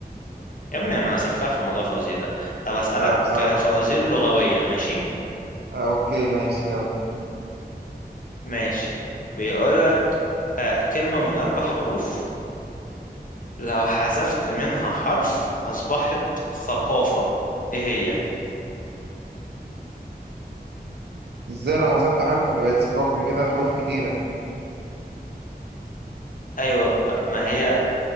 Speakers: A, on the left; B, on the right.
A: يا ابني انا سفاح في موضوع الفوازير ده طب اسألك
B: لا بصراحة
A: فوازير لغوية ماشي
B: آه. اوكي ماشي يلا
A: ماشي بيقولك آه كلمة من اربع حروف لو حذفت منها حرف اصبحت ثقافة ايه هي
B: ازاي لو حسبت حرف بقت ثقافة من كده حروف كتيرة
A: ايوه ما هي